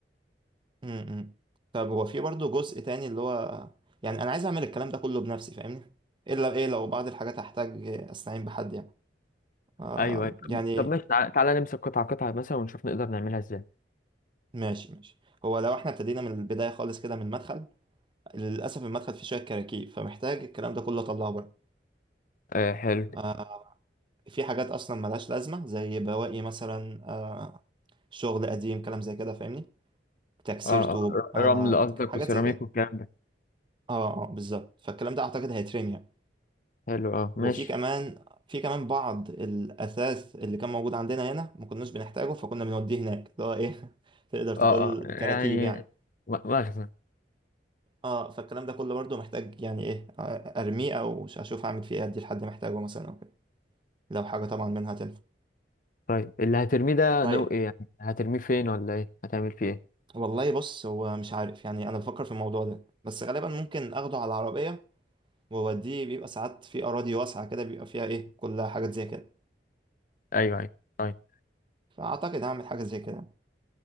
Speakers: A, on the right (about 30°); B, on the left (about 50°).
A: امم طب هو في برضه جزء تاني اللي هو يعني انا عايز اعمل الكلام ده كله بنفسي فاهمني الا ايه لو بعض الحاجات هحتاج استعين بحد يعني آه
B: ايوه ايوه
A: يعني
B: طب ماشي تعالى, تعالى نمسك قطعة قطعة مثلا ونشوف نقدر نعملها ازاي
A: ماشي ماشي هو لو احنا ابتدينا من البداية خالص كده من المدخل للأسف المدخل فيه شوية كراكيب فمحتاج الكلام ده كله أطلعه بره
B: آه حلو
A: آه في حاجات أصلا ملهاش لازمة زي بواقي مثلا آه شغل قديم كلام زي كده فاهمني تكسير
B: اه اه
A: طوب آه
B: ر- رمل قصدك
A: حاجات
B: وسيراميك
A: زي كده
B: والكلام ده
A: اه اه بالظبط فالكلام ده أعتقد هيترمي يعني.
B: حلو اه
A: وفي
B: ماشي
A: كمان في كمان بعض الأثاث اللي كان موجود عندنا هنا ما كناش بنحتاجه فكنا بنوديه هناك اللي هو إيه <laughs> تقدر تقول
B: اه اه يعني
A: كراكيب يعني
B: م- مخزن
A: اه فالكلام ده كله برضه محتاج يعني ايه آه، ارميه او اشوف اعمل فيه ايه ادي لحد محتاجه مثلا او كده لو حاجه طبعا منها تنفع
B: طيب اللي هترميه ده
A: طيب
B: نوع ايه يعني هترميه فين ولا ايه هتعمل فيه ايه
A: والله بص هو مش عارف يعني انا بفكر في الموضوع ده بس غالبا ممكن اخده على العربيه واوديه بيبقى ساعات في اراضي واسعه كده بيبقى فيها ايه كلها حاجات زي كده
B: ايوه ايوه طيب
A: فاعتقد هعمل حاجه زي كده